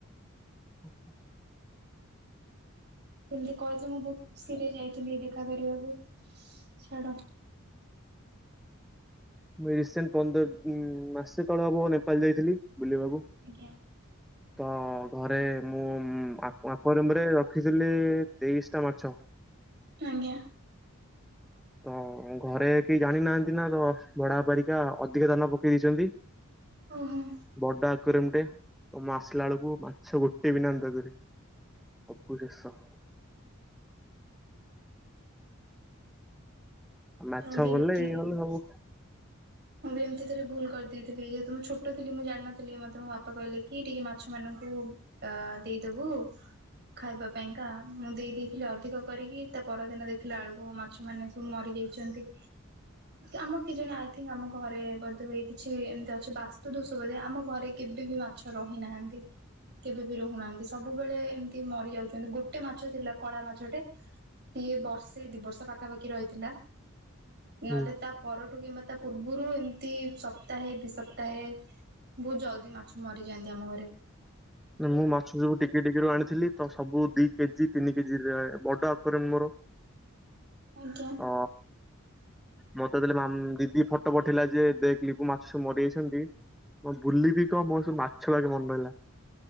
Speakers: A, in the centre; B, on the right.
A: ହଛ।
B: କେମିତି କହିବି ମୁଁ ବହୁତ ଖୁସିରେ ଯାଇଥିଲି ଦେଖା କରିବାକୁ, ଛାଡ।
A: ମୁଇଁ ରିସେଣ୍ଟ ପନ୍ଦର ମାସେ ତଳେ ହବ ନେପାଳ ଯାଇଥିଲି ବୁଲିବାକୁ।
B: ଆଜ୍ଞା।
A: ତ ଘରେ ମୁଁ ଆପଣଙ୍କ ରୁମ୍ ରେ ରଖିଥିଲି ତେଇଶ ଟା ମାଛ।
B: ଆଜ୍ଞା।
A: ତ ଘରେ କେହି ଜାଣି ନାହାନ୍ତି ନା ତ ଭଡା ପରାରିକା ଅଧିକା ଧାନ ପକେଇ ଦେଇଛନ୍ତି।
B: ଓହୋ।
A: ବଡ ଆକରେ ଏମଟେ ତ ମାସିଲା ବେଳକୁ ମାଛ ଗୋଟେ ବି ନାହାନ୍ତି ତା ଦେରେ। ସବୁ ଦେଷ। ଆଉ ମାଛ
B: ଏମିତି
A: ଗଲେ ଏଇ ଗଲେ ସବୁ
B: ମୁଁ ବି ଏମିତି ଥରେ ଭୁଲ କରିଦେଇଥିଲି ଯେହେତୁ ମୁଁ ଛୋଟଥିଲି ମୁଁ ଜାଣିନଥିଲି ମତେ ମୋ ବାପା କହିଲେ କି ଟିକେ ମାଛ ମାନଙ୍କୁ ଅ ଦେଇଦବୁ। ଖାଇବା ପାଇଁକା ମୁଁ ଦେଇ ଦେଇଦେଇଥିଲି ଅଧିକ କରିକି ତା ପରଦିନ ଦେଇଥିଲା ଆଳୁକୁ ମା ଛ ମାନେ ସବୁ ମରିଯାଇଛନ୍ତି ଆମ କି ଜଣେ ଆମ ଘରେ ବୋଧେ ହଏ କିଛି ଏମିତି ଅଛି ବାସ୍ତୁ ଦୋଷ ବୋଧେ ଆମ ଘରେ କେବେ ବି ମାଛ ରହିନାହାନ୍ତି। କେବେ ବି ରହୁନାହାନ୍ତି ସବୁବେଳେ ଏମିତି ମରି ଯାଉଛନ୍ତି ଗୋଟେ ମାଛ ଥିଲା କଳା ମାଛଟେ ସିଏ ବର୍ଷେ ଦି ବର୍ଷ ପାଖାପାଖି ରହିଥିଲା। ନହେଲେ
A: ହୁଁ।
B: ତା ପରଠୁ କିମ୍ବା ତା ପୂର୍ବରୁ ଏମିତି ସପ୍ତାହେ ଦି ସପ୍ତାହେ ବହୁତ ଜଲ୍ଦି ମାଛ ମରିଯାଆନ୍ତି ଆମ ଘରେ।
A: ମୁଁ ମାଛ ସବୁ ଟିକେ ଟିକେ ର ଆଣିଥିଲି ତ ସବୁ ଦି କେଜି ତିନି କେଜି ବଡ ଆକରେ ମୋର
B: ଆଜ୍ଞା।
A: ଅ ମତେ ଦେଲେ ଦିଦି ଫଟୋ ପଠେଇଲା ଯେ ଦେଖିଲି ମାଛ ସବୁ ମରିଯାଇଛନ୍ତି। ମୁଁ ବୁଲିବି କଣ ମୋ ସବୁ ମାଛ ଲାଗେ ମନ ରହିଲା।